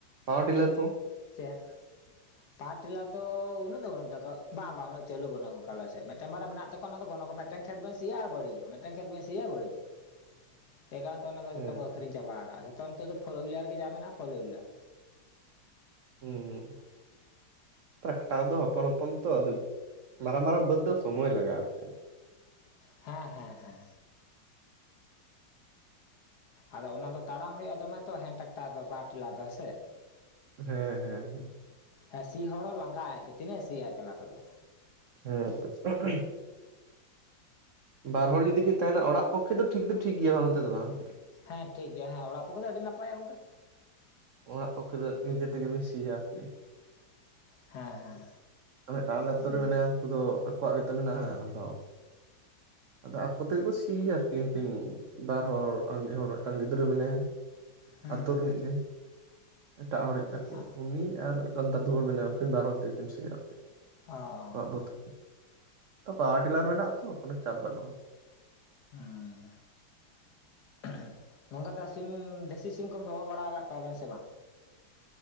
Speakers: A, on the right; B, on the left.
A: ᱯᱟᱣᱟᱨ ᱰᱤᱞᱟᱨ ᱠᱚ
B: ᱪᱮᱫ ᱯᱟᱣᱟᱨ ᱴᱮᱞᱟᱨ ᱫᱚ ᱩᱱᱟᱹᱜ ᱫᱚ ᱵᱟᱹᱱᱩᱜ ᱛᱟᱣᱟ ᱵᱟᱝ ᱩᱱᱟᱜ ᱪᱟᱹᱞᱩ ᱵᱟᱹᱱᱩᱜ ᱚᱱᱠᱟᱞᱟᱨ ᱥᱮᱫ ᱢᱤᱫᱴᱟᱝ ᱵᱟᱨ ᱢᱮᱱᱟᱜ ᱛᱟᱠᱚ ᱚᱱᱟ ᱜᱚᱱ ᱠᱚ ᱢᱤᱫᱮᱱ ᱠᱷᱮᱛ ᱵᱮᱱ ᱥᱤᱭᱟ ᱟᱨ ᱵᱟᱹᱲᱤᱡᱚᱜᱼᱟ ᱢᱤᱫᱴᱮᱱ ᱠᱷᱮᱛ ᱵᱮᱱ ᱥᱤᱭᱟ ᱵᱟᱹᱲᱤᱡᱚᱜ <inaudible> ᱮ ᱠᱟᱨᱚᱱᱛᱮ ᱚᱱᱟ ᱫᱚ
A: ᱦᱮᱸ
B: ᱡᱚᱛᱚ ᱠᱚ ᱟᱹᱠᱷᱨᱤᱧ ᱪᱟᱵᱟᱣ ᱟᱠᱟᱫᱼᱟ ᱡᱚᱛᱚ ᱱᱤᱛᱚᱜ ᱯᱷᱳᱨ ᱦᱩᱭᱞᱟᱨ ᱜᱮ ᱡᱟᱛᱚ ᱢᱮᱱᱟᱜᱼᱟ ᱯᱷᱳᱨ ᱦᱩᱭᱞᱟᱨ
A: ᱦᱮᱸ ᱴᱨᱟᱠᱴᱟᱨ ᱫᱚ ᱦᱚᱯᱚᱱ ᱦᱚᱯᱚᱱ ᱛᱚ ᱟᱫᱚ ᱢᱟᱨᱟᱝ ᱢᱟᱨᱟᱝ ᱵᱟᱹᱫᱽ ᱫᱚ ᱥᱚᱢᱚᱭ ᱞᱟᱜᱟᱜᱼᱟ ᱟᱨᱠᱤ
B: ᱦᱮᱸ ᱦᱮᱸ ᱦᱮᱸ ᱟᱫᱚ ᱚᱱᱟ ᱫᱚ ᱛᱟᱲᱟᱢ ᱦᱩᱭᱩᱜᱼᱟ ᱫᱚᱢᱮ ᱛᱚ ᱦᱮᱱ ᱴᱮᱠᱴᱟᱨ ᱫᱚ ᱵᱟᱨ ᱴᱮᱞᱟᱨ ᱫᱚ ᱦᱮ ᱥᱮ
A: ᱦᱮᱸ ᱦᱮᱸ ᱦᱮᱸ
B: ᱦᱮᱸ ᱥᱤ ᱦᱚᱲ ᱦᱚᱸ ᱞᱟᱸᱜᱟᱜᱟᱭ ᱟᱨᱠᱤ ᱛᱤᱱᱟᱹᱜ ᱥᱤᱭᱟ ᱮᱠᱞᱟ ᱛᱮᱫᱚ
A: ᱦᱮᱸ <unintelligible> ᱵᱟᱨ ᱦᱚᱲ ᱡᱩᱫᱤ ᱠᱤᱱ ᱛᱟᱦᱮᱱᱟ ᱚᱲᱟᱜ ᱯᱚᱠᱠᱷᱮ ᱫᱚ ᱴᱷᱤᱠ ᱫᱚ ᱴᱷᱤᱠ ᱜᱮᱭᱟ ᱢᱮᱱᱛᱮ ᱫᱚ ᱵᱟᱝ
B: ᱦᱮᱸ ᱴᱷᱤᱠ ᱜᱮᱭᱟ ᱦᱮᱸ ᱚᱲᱟᱜ ᱯᱠᱷᱮ ᱫᱚ ᱟᱹᱰᱤ ᱱᱟᱯᱟᱭᱟ ᱜᱚᱝᱠᱮ
A: ᱚᱲᱟᱜ ᱯᱚᱠᱠᱷᱮ ᱫᱚ ᱱᱤᱡᱮ ᱛᱮᱜᱮᱢ ᱥᱤᱭᱟ ᱟᱨᱠᱤ
B: ᱦᱮᱸ ᱦᱮᱸ
A: ᱟ ᱴᱟᱮ ᱟᱛᱩᱨ
B: ᱦᱮᱸ
A: ᱨᱮ ᱢᱮᱱᱟᱭᱟ ᱩᱱᱠᱩ ᱫᱚ ᱟᱠᱚᱣᱟᱜ ᱜᱮᱛᱚ ᱢᱮᱱᱟᱜᱼᱟ ᱟᱫᱚ ᱟᱫᱚ ᱟᱠᱩ ᱛᱮᱜᱮ ᱠᱚ ᱥᱤᱭᱟ ᱟᱨᱠᱤᱱ ᱵᱟᱨ ᱦᱚᱲ ᱟᱨ ᱢᱤᱫ ᱦᱚᱲ ᱟᱨ ᱢᱤᱫᱴᱟᱝ ᱜᱤᱫᱽᱨᱟᱹ ᱢᱮᱱᱟᱭᱟ
B: ᱦᱮᱸ
A: ᱟᱛᱳ
B: ᱦᱮᱸ
A: ᱨᱤᱱᱤᱡ
B: ᱦᱮᱸ
A: ᱜᱮ ᱮᱴᱟᱜ ᱦᱚᱲᱤᱡ ᱟᱨᱠᱤ
B: ᱚ
A: ᱩᱱᱤ ᱟᱨ ᱢᱤᱫ ᱴᱟᱝ ᱫᱟᱫᱩ ᱢᱮᱱᱟᱭᱟ ᱩᱠᱤᱱ ᱵᱟᱨ ᱦᱚᱲ ᱛᱮᱜᱮ ᱠᱤᱱ ᱥᱤᱭᱟ
B: ᱚ
A: <unintelligible>
B: ᱚ
A: ᱛᱚ ᱯᱟᱣᱟᱨ ᱴᱤᱞᱟᱨ ᱢᱮᱱᱟᱜ ᱟ ᱛᱚ ᱠᱚᱱᱚ ᱪᱟᱯ ᱵᱟᱹᱱᱩᱜᱼᱟ
B: ᱦᱮᱸ <unintelligible> ᱜᱚᱝᱠᱮ ᱛᱚ ᱥᱤᱢ ᱫᱮᱥᱤ ᱥᱤᱢ ᱠᱚᱢ ᱫᱚᱦᱚ ᱵᱟᱲᱟ ᱟᱠᱟᱫ ᱠᱚᱣᱟᱵᱮᱱ ᱥᱮ ᱵᱟᱝ?